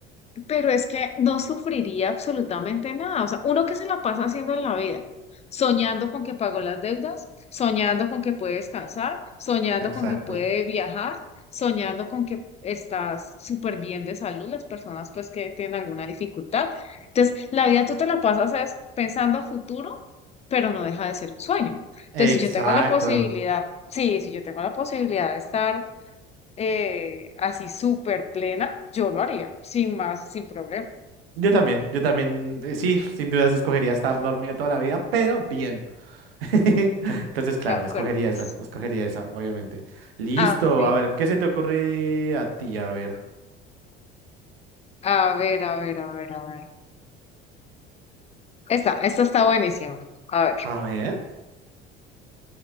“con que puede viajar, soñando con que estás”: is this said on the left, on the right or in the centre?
Left